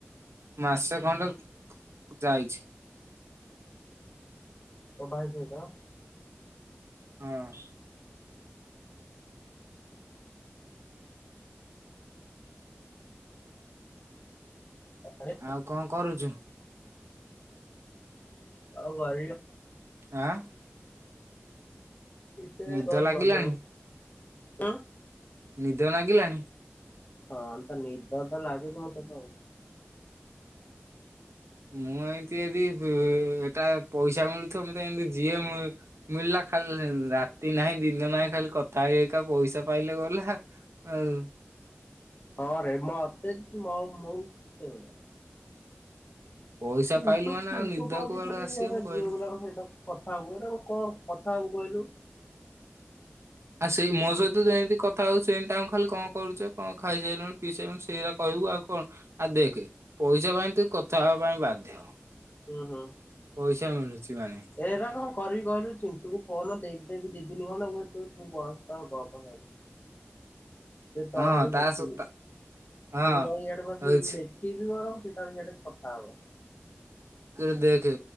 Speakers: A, on the right (about 80°); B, on the left (about 40°).
A: ମାସେ ଖଣ୍ଡେ ଯାଇଛି।
B: ତ ଭାଇ ସେଇଟ।
A: ହଁ।
B: <unintelligible>
A: ଆଉ କଣ କରୁଚୁ?
B: <unintelligible>
A: ଆଁ
B: କିଛି ନାଇଁ
A: ନିଦ
B: କଣ
A: ଲାଗିଲାଣି
B: କରିବି ଆଉ।
A: ନିଦ ନାଗିଲାଣି?
B: ହଁ ତ ନିଦ ତ ଲାଗୁଚି ମତେ ପ୍ର
A: ମୁଁ ଏନ୍ତି ଯଦି ଏଟା ପଇସା ମିଳୁଥିବ ମତେ ଏମତି ଯିଏ ମୁଁ ମିଳିଲା ଖାଲି ରାତି ନାହିଁ ଦିନ ନାହିଁ ଖାଲି କଥା ହେଇ ହେଇକା ପଇସା ପାଇଲେ ଗଲା। ଆଉ
B: ହଁ ରେ ମତେ <unintelligible> ସେଇଭଳିଆ।
A: ପଇସା
B: ଚିଣ୍ଟୁ
A: ପାଇଲୁ ମାନେ
B: ଚିଣ୍ଟୁ
A: ଆଉ ନିଦ
B: କହୁଚି
A: କୁଆଡୁ
B: ଖାଲି
A: ଆସିବ
B: ଏରା
A: କହିଲୁ
B: ଝିଅ ଗୁରା ଙ୍କ ସହିତ କଥା ହବୁ। ଏରା ଙ୍କୁ କଣ କଥା ହବୁ କହିଲୁ?
A: ଆଉ ସେଇ ମୋ ସହିତ ଯେମିତି କଥା ହଉ ସେମିତି ତାଙ୍କୁ ଖାଲି କଣ କରୁଚ କଣ ଖାଇ ସାଇଲଣି ପିଇ ସାଇଲଣି ସେଇରା କହିବୁ ଆଉ କଣ। ଆଉ ଦେଖେ ପଇସା ପାଇଁ ତୁ କଥା ହବା ପାଇଁ ବାଧ୍ୟ।
B: ଅଁ ହଁ।
A: ପଇସା ମିଳୁଚି ମାନେ।
B: ଏରା କଣ କରିବି କହିଲୁ ଚିଣ୍ଟୁକୁ ଫୋନ ଦେଇ ଦେବି ଦି ଦିନି ଖଣ୍ଡେ ମୁଁ କହିବି ତୁ ବସ ତୋର ଗପ୍ ହିଆଡେ। ଦେ ତର
A: ହଁ
B: ମୁଁ
A: ତା
B: ଲେଖିବି।
A: ସହିତ ହଁ
B: ମୁଁ ଜାଇଁକି ଇଆଡେ ବସି
A: ହଉଛି।
B: ଲେ ଖିବି ବରଂ ସେ ତାର ହିଆଡେ କଥା ହବ।
A: କିରେ ଦେଖେ